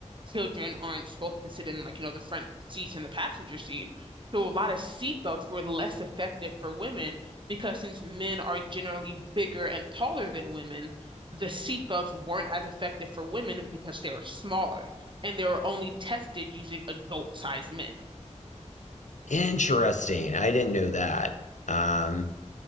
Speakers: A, on the right (about 40°); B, on the left (about 75°).
A: children aren't supposed to sit in like, you know, the front seats and the passenger seat. So a lot of seatbelts were less effective for women because since men are generally bigger and taller than women, the seatbelts weren't as effective for women because they were smaller and they were only tested using adult-sized men.
B: Interesting. I didn't know that. Um,